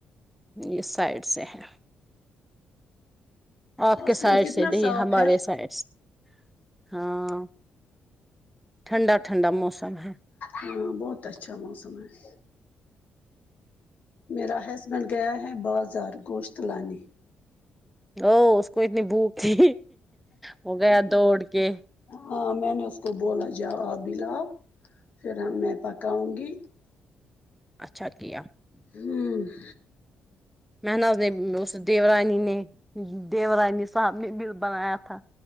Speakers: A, in the centre; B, on the left.
A: یس <unintelligible> سائڈ سے ہے آپ
B: آسمان
A: کے سائڈ
B: کتنا
A: سے دی
B: صاف
A: ہمارے
B: ہے
A: سائڈ سے <unintelligible> ہاں ٹھنڈا ٹھنڈا موسم سمح <unintelligible>
B: ہاں بہت اچھا موسم ہے <unintelligible> میرا ہسبینڈ گیا ہے بازار گوشت لے
A: ا اس کو اتنی بھوک تھی وہ گیا دوڑ کے <unintelligible>
B: ہاں میں نے اس کو بولا جا آپ بھیلاؤ پھر ہم نے پکاؤں گی <unintelligible>
A: اچھا کیا <unintelligible>
B: ہوں <unintelligible>
A: مح نز نے اس دیورانی نے دیورانی صاحب نے بھیل بنایا تھا